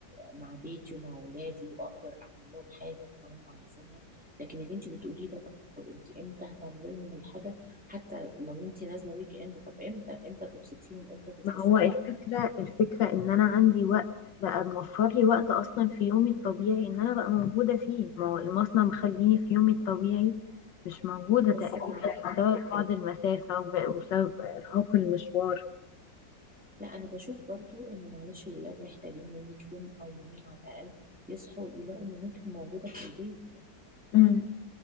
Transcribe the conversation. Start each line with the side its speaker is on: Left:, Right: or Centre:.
Centre: مع بيتي ومع اولادي واقدر اعمل لهم حاجة هم عايزينها لكن اللي انت بتقوليه ده طب انت امتى هتعملي لهم الحاجة حتى لو انت نازله ويك اند طب امتى امتى تبسطيهم امتى تتفسحي
Left: ما هو الفكرة
Centre: معاهم
Left: الفكرة ان انا عندي وقت بقى موفر لي وقت اصلا في يومي الطبيعي ان انا بقى موجودة فيه ما هو المصنع مخليني في يومي الطبيعي مش موجودة تقريبا
Centre: بس مع
Left: بسبب بعد المسافة وب- وبسبب ارهاق المشوار
Centre: لا انا بشوف برضو ان معلش الولاد محتاجين منك يوم او يومين على الاقل يصحوا يلاقوا مامتهم موجوده في البيت
Left: مم.